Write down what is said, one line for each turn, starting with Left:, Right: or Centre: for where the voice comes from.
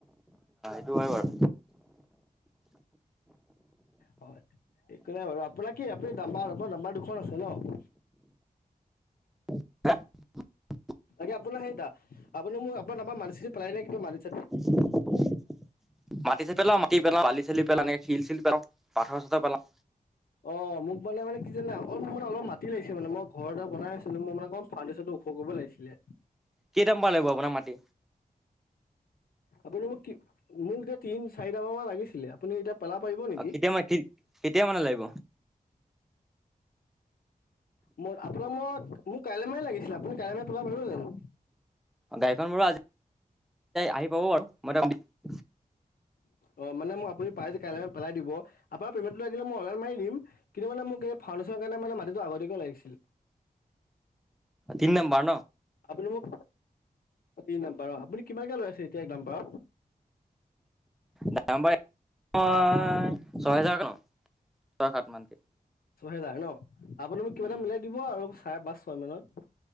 Centre: সেইটো হয় বাৰু।
Left: হয়, একো নাই বাৰু। আপোনাক কি আপুনি দাম্বাৰ দাম্বাৰ দু <unintelligible> আছে ন'?
Centre: <unintelligible>
Left: আাগে আপোনাৰ সেইতা, আপোনি <unintelligible> মাটি চাটি পেলাই নে কিবা মাটি চাটি?
Centre: <inaudible> মাটি চে পেলাও, মাটি পেলাও, বালি চালি পেলা, একে শিল চিল পেলাও, পাথৰ চাথৰ পেলাও।
Left: অ' মোক মানে, মানে কি জানে, মানে অলপ মাতি লাগিছে মানে মই ঘৰ <unintelligible> বনাই আছিলোঁ, মই মানে অকণ ফাউনটেচন ওখ কৰিব লাগিছিলে।
Centre: কেইটামান পৰা লাগিব আপোনাক মাটি
Left: আপুনি মোক কি, মোক যে তিন চাৰিট মান মান লাগিছিলে। আপুনি এতিয়া পেলাব পাৰিব নেকি
Centre: অ' কেতিয়া মা, কেতিয়া মানে লাগিব?
Left: মোক, আপোনাক মোক, মোক কাইলৈ মানে লাগিছিলে, আপুনি কাইলৈ <unintelligible> পেলাব পাৰিব জানো?
Centre: গাড়ীখন বোৰো আজি আহি পাব বাৰু, মই <unintelligible>
Left: অ' মানে মো আপুনি পাই যে কাইলৈ পেলাই দিব, আপোনাৰ পেমেণ্টটো লাগিলে অনলাইন মাৰি দিম। কিন্তু মানে মোক এই ফাউণ্ডেশ্যনৰ কাৰণে মানে মাটিটো আগতীয়াকৈ লাগিছিল।
Centre: তিন নাম্বাৰ ন'?
Left: আপুনি মোক তিন দাম্বাৰ আপুনি কিমানকে লৈ আছে এতিয়া এক দা।
Centre: দামাৰ ময় ছয় হেজাৰক ল ছয় সাত মানকে।
Left: ছহেজাৰ ন আপুনি মোক কিবা
Centre: উম
Left: এটা মিলাই দিব আৰু চাৰে পাঁচ ছয় মানত।